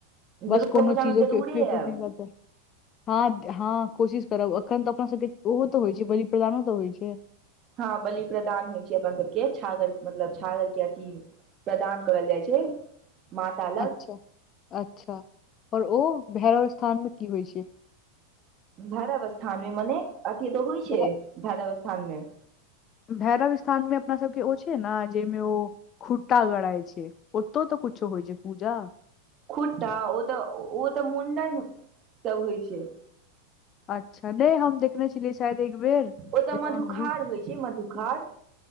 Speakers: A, on the left (about 30°); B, on the right (about 30°).
A: बस
B: दुर्गा
A: कोनो
B: पूजामे
A: चीजो
B: जरूरे
A: के पेपर
B: आयब
A: नहि रहेय हँ हँ कोशिश करब एखन तऽ अपना सबके ओहो तऽ होइ छै बलि प्रदानो तऽ होइ छै
B: हँ बलि प्रदान होइ छै अपन सबके छागर मतलब छागर के अथी प्रदान करल जाइ छै माता लग
A: अच्छा अच्छा आओर ओ भौरब स्थान मे की होइ छै
B: भैरब स्थान मे मने अथी तऽ होइ छै
A: भै-
B: भैरब स्थान मऽ
A: भैरव स्थानमे अपनासभके ओ छै ने जाहिमे ओ खुट्टा गड़इ छै ओतौ तऽ कुछो होइ छै पूजा
B: खुट्टा ओ तऽ ओ तऽ मुंडन सब होइ छै
A: अच्छा नहि हम देखने छलियै शायद एक बेर
B: ओतऽ
A: जेकरा
B: मधुखार
A: हम भूत
B: होइ छै मधुखार